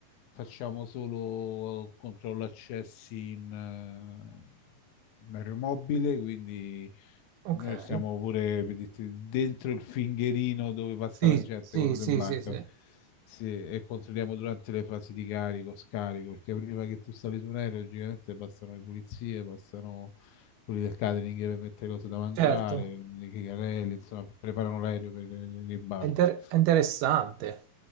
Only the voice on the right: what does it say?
ok.
Sì,
sì,
sì,
sì, sì. Eh,
Certo.
È inter- è interessante.